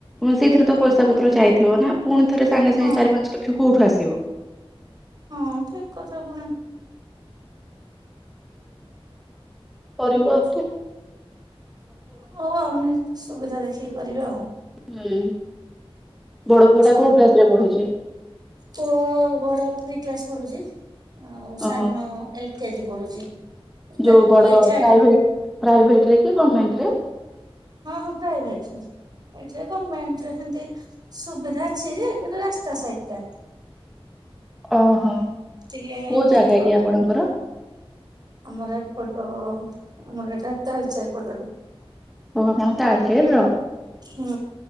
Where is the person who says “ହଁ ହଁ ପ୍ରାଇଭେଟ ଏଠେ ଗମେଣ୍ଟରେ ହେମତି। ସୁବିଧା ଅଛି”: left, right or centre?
Right